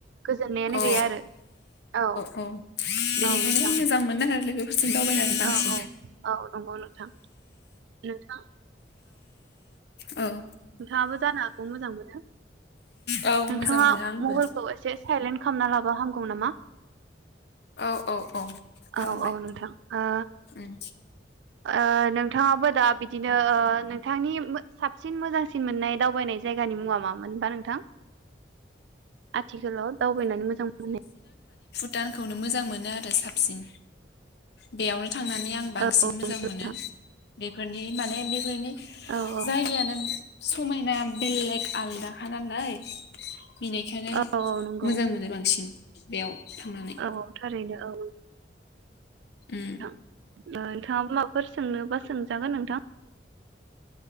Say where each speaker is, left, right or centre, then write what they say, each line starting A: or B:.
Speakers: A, on the right; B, on the left.
A: गोजोननायानो
B: औ
A: गैया आरो औ।
B: औ बेनिखायनो
A: औ नोंथां
B: मोजां मोनो आरो लोगो बिथिं दावबायनानै बांसिन
A: औ औ औ नंगौ नोंथां नोंथां
B: औ औ
A: नोंथांङाबो जानो हागौ मोजां मोनो?
B: औ
A: नोंथांङा
B: मोजां मोनो आंबो
A: मबाइलखौ एसे साइलेन्ट खालामना लाबा हाम गौ नामा।
B: औ औ औ
A: औ
B: खालामबाय
A: औ नोंथां ओ
B: उम
A: ओ नोंथाङाबो दा बिदिनो ओ नोंथांनि मो साबसिन मोजांसिन मोननाय दावबायनाय जायगानि मुङा मामोनबा नोंथां? आथिखालाव दावबायनानै मोजां मोननाय।
B: दानखौनो मोजां मोनो आरो साब सिन बेयावनो थांनानै आं बांसिन
A: औ औ
B: मोजां
A: नोंथां
B: मोनो बेफोरनि माने बेफोरनि
A: औ औ
B: जायगायानो समायना बेलेग आलदाखा नालाय। बिनिखायनो।
A: औ औ नंगौ
B: मोजां मोनो बांसिन। बेयाव। थांनानै
A: औ थारैनो औ।
B: उम।
A: नोंथां ओ नोंथाङा माबाफोर सोंनोबा सोंजागोन नोंथां।